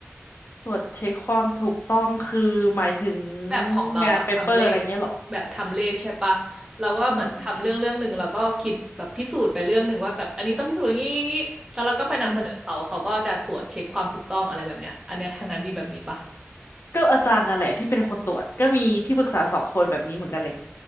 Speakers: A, on the left; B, on the right.
A: ตรวจเช็คความถูกต้องคือหมายถึง
B: แบบของเราอะทำเลข
A: งานเปเปอร์อะไรเงี้ยเหรอ
B: แบบทำเลขใช่ปะเราก็เหมือนทำเรื่องเรื่องหนึ่งแล้วก็คิดแบบพิสูจน์ไปเรื่องหนึ่งว่าแบบอันนี้ต้องพิสูจน์อย่างนี้อย่างนี้แล้วเราก็ไปนำเสนอเขาเขาก็จะตรวจเช็คความถูกต้องอะไรแบบเนี้ยอันเนี้ยทางนั้นมีแบบนี้ปะ
A: อืมอืม ก็อาจารย์นั่นแหละที่เป็นคนตรวจก็มีที่ปรึกษาสองคนแบบนี้เหมือนกันเลย